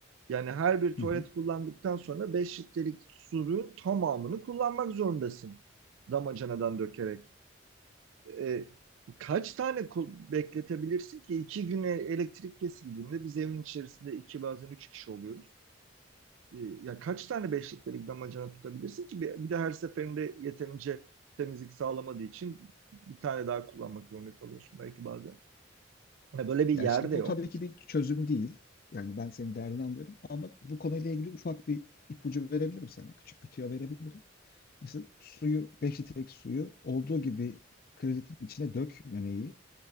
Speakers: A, on the right; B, on the left.
A: Yani her bir tuvalet
B: Hı hı.
A: kullandıktan sonra 5 litrelik suyun tamamını kullanmak zorundasın. Damacanadan dökerek. E, kaç tane bekletebilirsin ki? iki güne elektrik kesildiğinde biz evin içerisinde iki bazen üç kişi oluyoruz. E, ya kaç tane 5 litrelik damacana tutabilirsin ki? Bir, de her seferinde yeterince temizlik sağlamadığı için bir tane daha kullanmak zorunda kalıyorsun belki bazen. Ya böyle bir yer
B: Yani şimdi
A: de
B: bu
A: yok.
B: tabii ki bir çözüm değil. Yani ben senin derdini anlıyorum ama bu konuyla ilgili ufak bir ipucu verebilirim sana. Küçük bir tüyo verebilirim. Mesela suyu 5 litrelik suyu olduğu gibi kredetin içine dökmemeyi,